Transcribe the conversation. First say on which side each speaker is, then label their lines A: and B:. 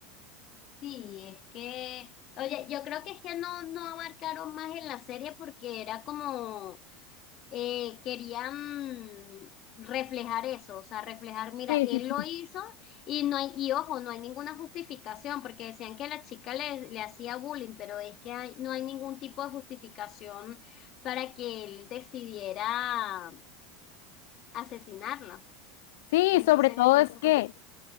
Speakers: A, on the left; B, on the left.
A: Sí, es que, oye, yo creo que es que no, no abarcaron más en la serie porque era como eh, querían reflejar eso, o sea, reflejar, mira,
B: Sí,
A: él
B: sí, sí.
A: lo hizo y no hay, y ojo, no hay ninguna justificación, porque decían que la chica le, le hacía bullying, pero es que hay- no hay ningún tipo de justificación para que él decidiera asesinarla.
B: Sí,
A: Entonces,
B: sobre todo
A: eso
B: es que